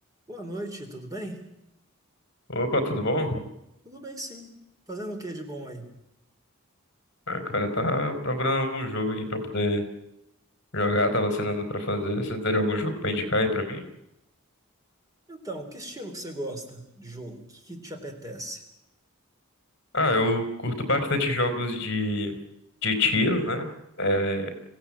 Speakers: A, on the right; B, on the left.
A: Boa noite, tudo bem?
B: Opa, tudo bom?
A: Tudo bem, sim. Fazendo o que de bom aí?
B: Ah, cara, eu tava procurando algum jogo aqui pra poder jogar, tava sem nada pra fazer. Você teria algum jogo pra indicar aí pra mim?
A: Então, que estilo que você gosta de jogo? O que que te apetece?
B: Ah, eu curto bastante jogos de, de tiro, né? É,